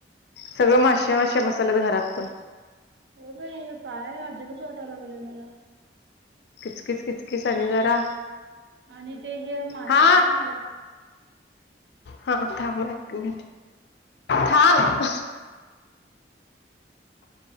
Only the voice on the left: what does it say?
सगळे माातशे माातसे मसाले घरात पण
कच कच कच कीिसानी जरा
हा
हा थांब एक मिनट थांब